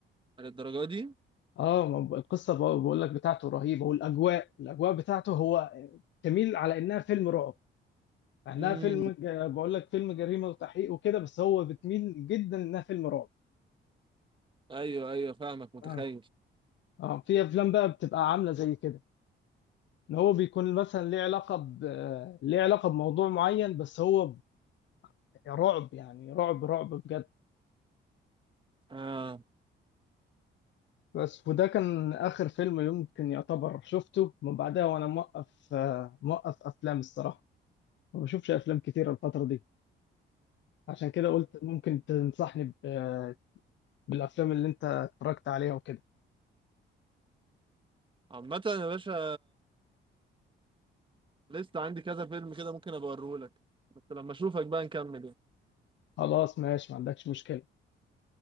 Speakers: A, on the right (about 25°); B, on the left (about 65°).
A: للدرجة دي
B: اه ما ب- القصه ب- بقول لك بتاعته رهيبه والاجواء الاجواء بتاعته هو تميل على انها فيلم رعب مع انها
A: امم
B: فيلم ج- بقول لك فيلم جريمه وتحقيق وكده بس هو بتميل جدا انها فيلم رعب
A: ايوه ايوه فاهمك متخيل
B: اه اه في افلام بقى بتبقى عامله زي كده ان هو بيكون مثلا ليه علاقه ب... ليه علاقه بموضوع معين بس هو يا رعب يعني رعب رعب بجد
A: اه
B: بس وده كان آخر فيلم يمكن يعتبر شفته من بعدها وأنا موقف آه، موقف أفلام الصراحة ما بشوفش أفلام كتير الفترة دي عشان كده قلت ممكن تنصحني ب- بالأفلام اللي أنت اتفرجت عليها وكده
A: عامة يا باشا لسه عندي كذا فيلم كده ممكن ابقى اوريهولك بس لما اشوفك بقى نكمل يعني
B: خلاص ماشي ما عندكش مشكلة